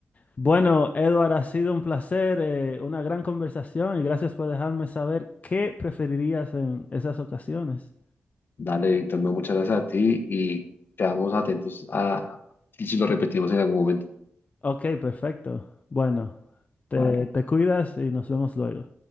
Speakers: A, on the left; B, on the left.
A: Bueno, Edward, ha sido un placer, eh, una gran conversación y gracias por dejarme saber qué preferirías en esas ocasiones.
B: Dale, Víctor, no, muchas gracias a ti y quedamos atentos a y si lo repetimos en algún momento.
A: Ok, perfecto. Bueno, te,
B: Vale.
A: te cuidas y nos vemos luego.